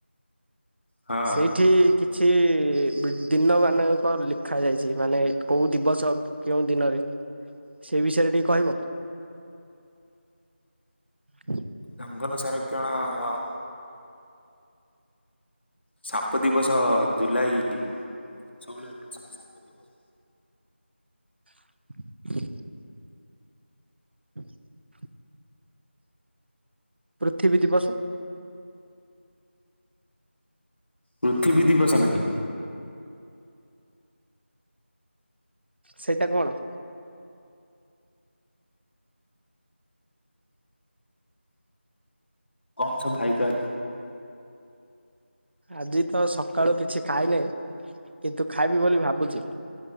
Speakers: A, on the left; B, on the right.
A: ହଁ
B: ସେଇଠି କିଛି କିଛି ଦିନମାନାନଙ୍କ ଲେଖାାଯାଇଛି ମାନେ କେଉଁ ଦିବସ? କେଉଁ ଦିନରେ। ସେ ବିଷୟରେ ଟିକେ କହିବ। ହ <unintelligible>
A: ଜଙ୍ଗଲ ସଂରକ୍ଷଣ ହଁ। ସାପ ଦିବସ ଜୁଲାଇ ଷୋହଳରେ ଅଛି ସାପ ଦିବସ।
B: ହ <inaudible> ହୁଁ <inaudible> ପୃଥିବୀ ଦିବସ୍।
A: ପୃଥିବୀ ଦିବସ୍ ନାହିଁ?
B: ସେଇଟା କଣ।
A: କଣ ସବୁ ଭାଇଯାକ୍।
B: ଆଜି ତ ସକାଳୁ କିଛି ଖାଇନାହିଁ କିନ୍ତୁ ଖାଇବି ବୋଲି ଭାବୁଛି।